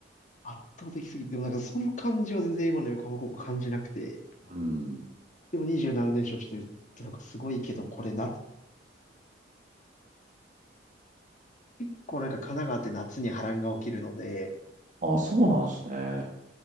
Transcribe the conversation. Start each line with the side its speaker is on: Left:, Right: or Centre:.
Left: 圧倒的すぎて、でもなんかその感じは全然今の横浜高校感じなくて、
Right: い。うん。
Left: でも27連勝してるってなんかすごいけど、これ夏、結構なんか神奈川って夏に波乱が起きるので、
Right: あ、そうなんですね。